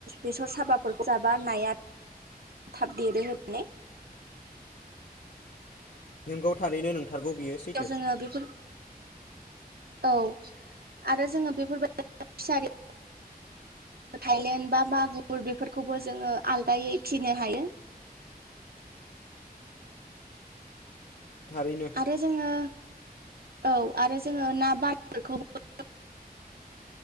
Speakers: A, on the right (about 70°); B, on the left (about 60°).
A: बेसर साबाफोरखौ जाबा नाया थाब देरो होनानै
B: नोंगौ थारैनो नोंथारगौ बियो सैथो
A: जोङो बेफोर औ आरो जोङो बेफोरबायदि फिसारि थाइलेण्ड बा मागुर बेफोरखौबो जोङो आलादायै फिनो हायो।
B: थारैनो
A: आरो जोङो औ आरो जोङो ना बारलिफोरखौबो